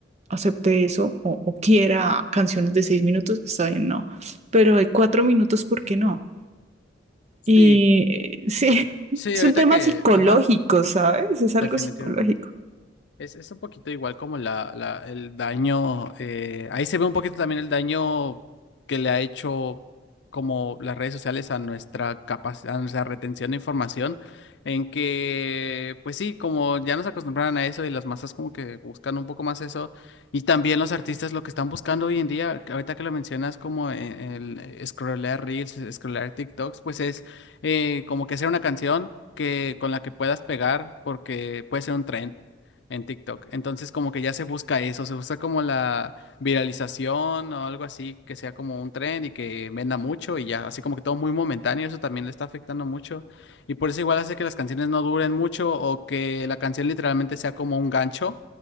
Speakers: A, on the right; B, on the left.
A: acepte eso o, o quiera canciones de seis minutos, está bien, no. Pero de cuatro minutos, ¿por qué no?
B: sí,
A: Y eh, sí, <laughs>
B: sí,
A: es
B: ahorita
A: un tema
B: que,
A: psicológico,
B: ajá,
A: ¿sabes? Es algo
B: definitivamente.
A: psicológico.
B: Es, es un poquito igual como la, la- el daño, eh, ahí se ve un poquito también el daño que le ha hecho como las redes sociales a nuestra capacidad, a nuestra retención de información, en que, pues sí, como ya nos acostumbraron a eso y las masas como que buscan un poco más eso, y también los artistas lo que están buscando hoy en día, que ahorita que lo mencionas como e- el, eh, scrollear Reels, scrollear TikToks, pues es eh, como que hacer una canción. que con la que puedas pegar porque puede ser un trend en TikTok. Entonces como que ya se busca eso, se busca como la viralización o algo así, que sea como un trend y que venda mucho y ya, así como que todo muy momentáneo, eso también le está afectando mucho. Y por eso igual hace que las canciones no duren mucho o que la canción literalmente sea como un gancho.